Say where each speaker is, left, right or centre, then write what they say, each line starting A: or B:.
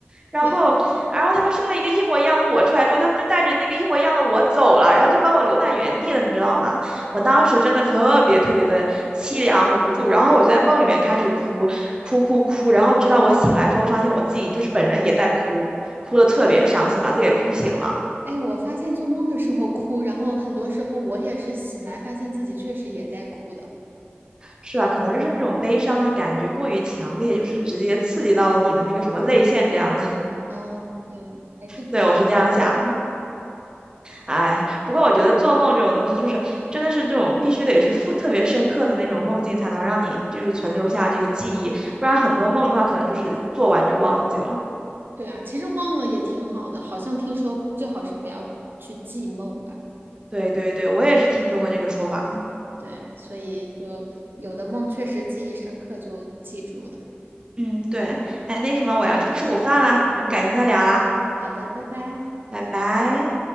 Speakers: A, on the right; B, on the right.
A: 然后，
B: 天
A: 然后他们生了一个一模一样的我出来之后，他们就带着那个一模一样的我走了，然后就把我留在原地了，你知道吗？我当时真的特别特别的凄凉无助，
B: 啊，
A: 然后我就在梦里面开始哭，哭哭哭，然后直到我醒来之后，发现我自己就是本人也在哭，哭的特别伤心，
B: 嗯
A: 把自己给哭醒了，
B: 哎，我发现做梦的时候哭，然后很多时候我也是醒来发现自己确实也在哭的。
A: 是吧？可能就是那种悲伤的感觉过于强烈，就是直接刺激到了你的那个什么泪腺这样子。<laughs>
B: 嗯，对，还是挺
A: 对，我是这样想的。哎，
B: 对
A: 不过我觉得做梦这种东西，就是真的是这种必须得是复特别深刻的那种梦境，才能让你就是存留下这个记忆，不然很多梦的话，可能就是做完就忘记了。
B: 对啊，其实忘了也挺好的，好像听说最好是不要去记梦吧。
A: 对对对，我也是听说过这个说法呢。
B: 对，所以就有的梦确实记忆深刻，就记住了。
A: 嗯，对，哎，那什么，我要去吃午饭啦，我们改天再聊啦，
B: 好的，拜拜。
A: 拜拜。